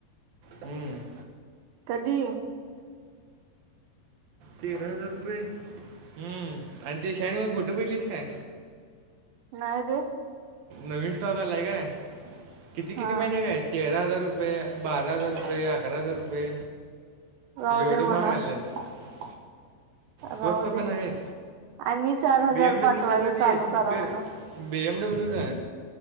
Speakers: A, on the right (about 65°); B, on the right (about 85°).
A: हम्म
B: कधी
A: तेरा हजार रुपये हम्म आणि ते शाणवर भोट पहिलीस काय
B: नायेते
A: नवीन स्टॉक आलाय काय किती किती
B: हा
A: माहिती आहे काय तेरा हजार रुपये बारा हजार रुपये अकरा हजार रुपये
B: राहू
A: एवढ
B: दे
A: महाग
B: म्हणा
A: आललेत स्वस्त
B: राहू दे
A: पण आहेत
B: आणि चार हजार
A: बी एम डब्ल्यू
B: पाठवायला
A: चा ते
B: चालू
A: स्निकर
B: करा म्हणा
A: बी एमडब्ल्यू का